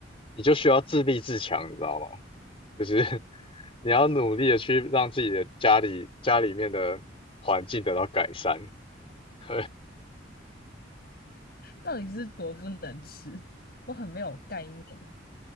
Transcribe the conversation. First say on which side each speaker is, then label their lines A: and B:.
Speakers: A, on the left; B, on the left.
A: 你就需要自立自强，你知道吗？就是 <laughs> 你要努力的去让自己的家里家里面的环境得到改善。<laughs>
B: 到底是多不能吃？我很没有概念。